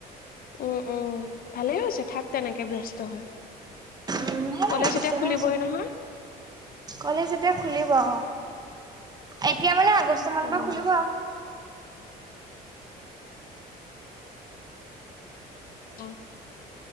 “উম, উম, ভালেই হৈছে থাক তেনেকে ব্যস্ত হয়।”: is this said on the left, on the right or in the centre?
Left